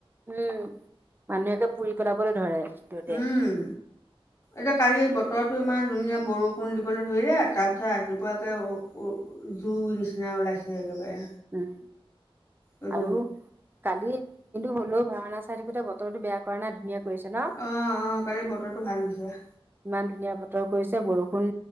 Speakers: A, on the right; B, on the left.
A: উম, মানুহ একে পুৰি পেলাবলৈ ধৰে। ৰ'দে
B: উম। এতিয়া কালি বতৰটো ইমান ধুনীয়া বৰষুণ দিবলৈ ধৰিলে তাৰপিছত ৰাতিপুৱা একে জুই নিচিনা ওলাইছে একেবাৰে।
A: উম,
B: ৰ'দ
A: আৰু কালি কিন্তু হ'লেও ভাওনা চাই থাকোতে বতৰটো বেয়া কৰা নাই ধুনীয়া কৰিছে ন।
B: অ', অ', কালি বতৰটো ভাল হৈছে।
A: ইমান ধুনীয়া বতৰ কৰিছে বৰষুণ